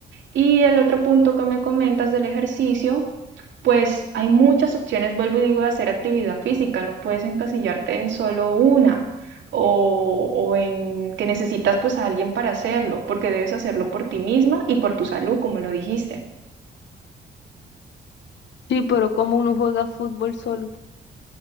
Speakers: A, on the right; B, on the left.
A: Y el otro punto que me comentas del ejercicio, pues hay muchas opciones, vuelvo y digo, de hacer actividad física, no puedes encasillarte en solo una o, o en que necesitas pues a alguien para hacerlo, porque debes hacerlo por ti misma y por tu salud, como lo dijiste.
B: Sí, pero como uno juega fútbol solo.